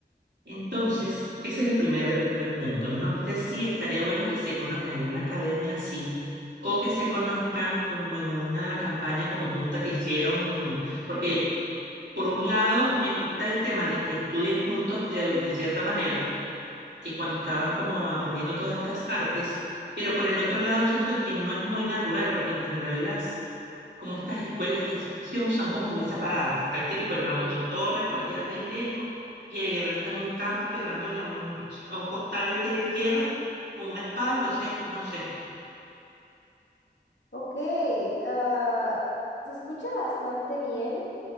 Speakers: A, on the right; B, on the left.
A: Entonces, ese es el primer, el primer punto. No sé si estaría bueno que se conozcan en una academia así o que se conozcan como en una campaña conjunta que hicieron, porque por un lado me gusta el tema de que estudien juntos de, de cierta manera, y cuando estaban como aprendiendo todas estas artes, pero por el otro lado siento que no es muy natural, porque en general las, como estas escuelas de ficción son como muy separadas, que está el típico el mago en su torre, por allá bien lejos, y el guerrero está en un campo pegándole a un, a un costal de tierra con una espada, entonces no sé.
B: Ok, ah, se escucha bastante bien,